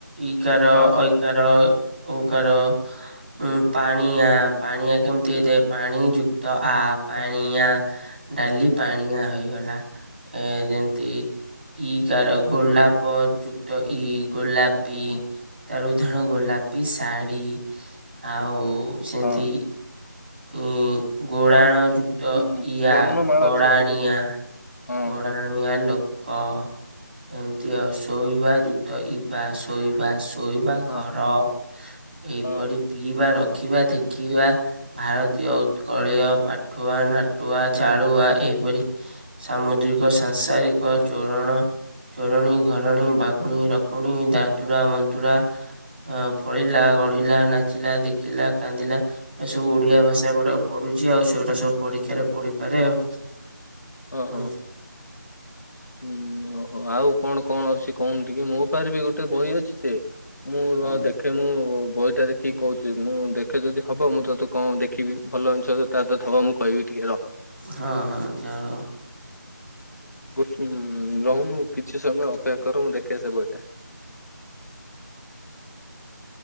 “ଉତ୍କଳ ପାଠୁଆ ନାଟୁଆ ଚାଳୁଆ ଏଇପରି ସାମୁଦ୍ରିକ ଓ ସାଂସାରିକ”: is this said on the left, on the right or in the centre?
Right